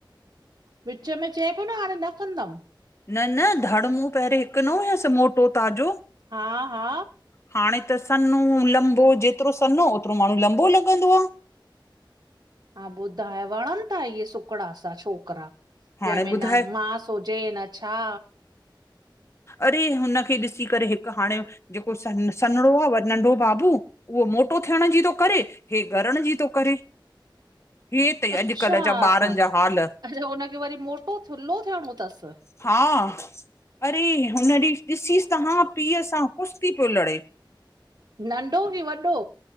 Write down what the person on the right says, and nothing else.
विच मे चएपियो न हांणे न कदम।
हा- हा
हा ॿुधाए वणन ता इह्ये सुकड़ा सा छोकिरा।
जहिंमे
न मास हुजे न छा
अच्छा!
हा
अच्छा हुनखे वरी मोटो थुल्हो थियणो तसि
नढो की वॾो?